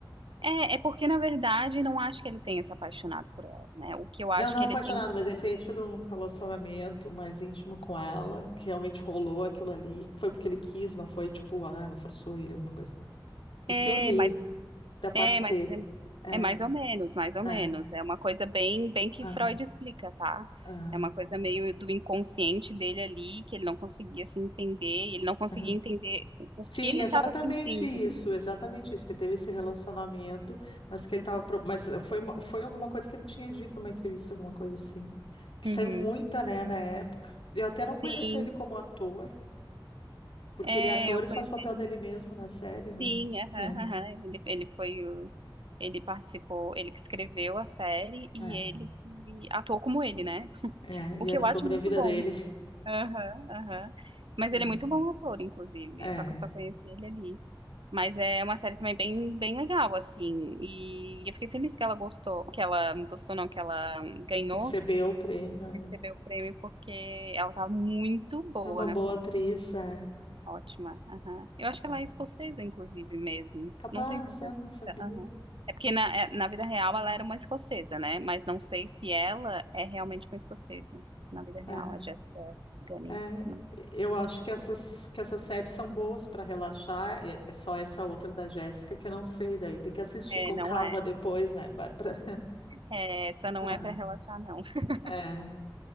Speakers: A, on the right; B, on the left.
A: É, é porque, na verdade, não acho que ele tenha se apaixonado por ela, né? O que eu acho
B: Não, não
A: que
B: apaixonado,
A: ele tem.
B: mas ele tem tido um relacionamento mais íntimo com ela, que realmente rolou aquilo ali. Foi porque ele quis, não foi tipo, ah, ela forçou ele, alguma coisa assim. Isso
A: É,
B: eu li
A: mas
B: da parte
A: É, mas
B: dele.
A: é,
B: É,
A: é mais ou menos, mais ou menos.
B: é,
A: É uma coisa bem, bem que
B: ah,
A: Freud explica, tá?
B: ah,
A: É uma coisa meio do inconsciente dele ali, que ele não conseguia se entender, e ele não conseguia
B: ah.
A: entender o
B: Sim,
A: que ele
B: exatamente
A: estava sentindo.
B: isso, exatamente isso, que ele teve esse relacionamento, mas que ele tava, pro- mas foi, uma- foi alguma coisa que ele tinha dito numa entrevista, alguma coisa assim, que
A: Uhum.
B: saiu muita, né, na época. Eu até não conheço
A: Sim,
B: ele como ator, porque
A: é,
B: ele é ator
A: eu
B: e
A: conheci
B: faz o papel
A: ele.
B: dele mesmo na série, né?
A: Sim, aham,
B: <laughs>
A: aham. Ele, ele foi o, ele participou, ele que escreveu a série e
B: É,
A: ele que atuou como ele, né?
B: é, e
A: O que
B: era
A: eu
B: sobre
A: acho muito
B: a vida
A: bom.
B: dele.
A: Aham, aham. Mas
B: É,
A: ele é muito bom ator, inclusive,
B: <laughs> é,
A: só que eu só conheci ele ali. Mas é uma série também bem, bem legal, assim. E eu fiquei feliz que ela gostou, que ela gostou, não, que ela ganhou,
B: recebeu o prêmio, é.
A: recebeu o prêmio, porque ela tá muito boa
B: É uma boa
A: na série.
B: atriz, é.
A: Ótima. aham. Eu acho que
B: Hum.
A: ela é escocesa, inclusive, mesmo.
B: Capaz,
A: Não tenho certeza.
B: é, não sabia.
A: Aham. É porque na, é- na vida real
B: Hum.
A: ela era uma escocesa, né? Mas não sei se ela é realmente uma escocesa. Na vida real,
B: É.
A: a Jessica Gunning.
B: É,
A: Não.
B: eu acho que essas, que essas séries são boas para relaxar. É, é só essa outra da Jéssica que eu não sei, daí tem que assistir
A: É,
B: com
A: não
B: calma
A: é.
B: depois, né, Bárbara? <laughs>
A: É, Essa não
B: Ah,
A: é pra relaxar, não. <laughs>
B: é,